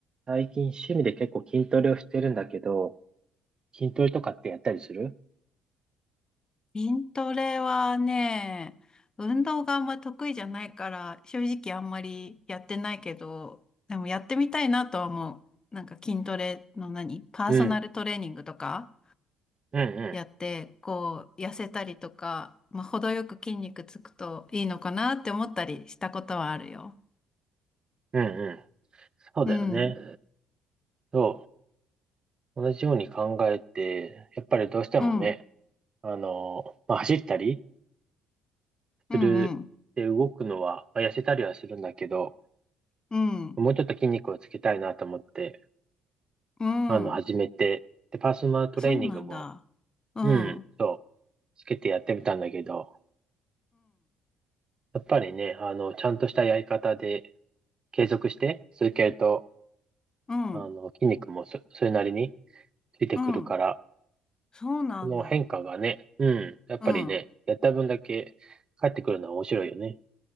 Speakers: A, on the right; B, on the left.
A: 最近趣味で結構筋トレをしてるんだけど、筋トレとかってやったりする
B: 筋トレはね、運動があんま得意じゃないから、正直あんまりやってないけど、でもやってみたいなとは思う。なんか筋トレの何パーソナルトレーニングとか
A: うん、うん、う
B: やって、こう、痩せたりとか、まあ、程よく筋肉つくといいのかなって思ったりしたことはあるよ。
A: ん、うん、うん。そうだよね。
B: うん、
A: そう。同じように考えて、やっぱりどうしてもね、
B: うん、うん、
A: あの、まあ、走ったり
B: うん、
A: する、で、動くのは、まあ、痩せたりはするんだけど、
B: うん、
A: もうちょっと筋肉をつけたいなと思って、
B: うん。
A: あの、始めて、で、パーソナルトレーニングも、
B: そうなんだ。うん、
A: うん、
B: うん、
A: そう、つけてやってみたんだけど、やっぱりね、あの、ちゃんとしたやり方で継続して続けると、
B: うん、
A: あの、筋肉もそ、それなりについてくるから、
B: うん。そうなんだ。
A: その変化がね、うん、やっぱりね、
B: うん。
A: やった分だけ返ってくるのは面白いよね。